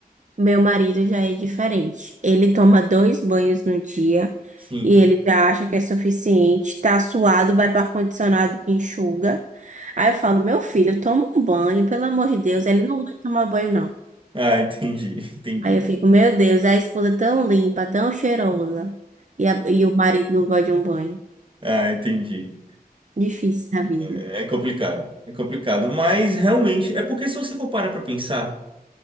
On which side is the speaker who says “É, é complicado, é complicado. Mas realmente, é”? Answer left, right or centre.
Right